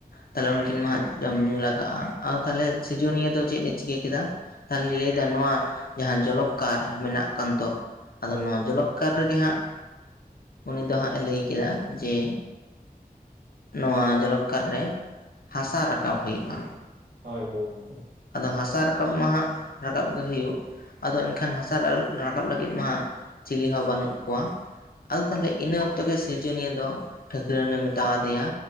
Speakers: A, on the left; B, on the right.
A: ᱛᱟᱦᱚᱞᱮ ᱩᱱᱠᱤᱱ ᱢᱟ ᱦᱟᱜ ᱡᱚᱢ ᱧᱩ ᱞᱟᱜᱟᱜ-ᱟ ᱟᱨ ᱛᱟᱦᱚᱞᱮ ᱥᱤᱨᱤᱡᱚᱱᱤᱭᱟᱹ ᱫᱚ ᱪᱮᱫ ᱮ ᱪᱤᱠᱟᱹ ᱠᱮᱫᱟ ᱛᱟᱦᱚᱞᱮᱧ ᱞᱟᱹᱭᱮᱫᱟ ᱱᱚᱣᱟ ᱡᱟᱦᱟ ᱡᱚᱞᱚᱠᱠᱟᱨ ᱢᱮᱱᱟᱜ ᱠᱟᱱ ᱛᱚ ᱟᱫᱚ
B: ᱦᱳᱭ
A: ᱱᱚᱣᱟ
B: ᱦᱳᱭ
A: ᱡᱚᱞᱚᱠ ᱥᱚᱨᱠᱟᱨ ᱨᱮᱜᱮ ᱦᱟᱜ ᱩᱱᱤ ᱫᱚ ᱦᱟᱜ ᱮ ᱞᱟᱹᱭ ᱠᱮᱫᱟ ᱡᱮ ᱱᱚᱣᱟ ᱡᱚᱞᱚᱠᱠᱟᱨ ᱨᱮ ᱦᱟᱥᱟ ᱨᱟᱠᱟᱵ ᱦᱩᱭᱩᱜ-ᱟ
B: ᱦᱳᱭ ᱦᱳᱭ ᱜᱚᱝᱠᱮ
A: ᱟᱫᱚ ᱦᱟᱥᱟ ᱨᱟᱠᱟᱵ ᱢᱟ ᱦᱟᱜ ᱨᱟᱠᱟᱵ ᱜᱮ ᱦᱩᱭᱩᱜ ᱟᱫᱚ ᱮᱱᱠᱷᱟᱱ ᱦᱟᱥᱟ ᱨᱟᱠᱟ ᱨᱟᱠᱟᱵ ᱞᱟᱹᱜᱤᱫ ᱢᱟ ᱪᱤᱞᱤ ᱦᱚ ᱵᱟᱹᱱᱩᱜ ᱠᱚᱣᱟ ᱟᱫᱚ ᱛᱟᱦᱚᱞᱮ ᱤᱱᱟᱹ ᱚᱠᱛᱚ ᱜᱮ ᱥᱤᱨᱡᱚᱱᱤᱭᱟᱹ ᱫᱚ ᱴᱷᱟᱹᱠᱨᱟᱹᱱᱮ ᱢᱮᱛᱟᱣ ᱫᱮᱭᱟ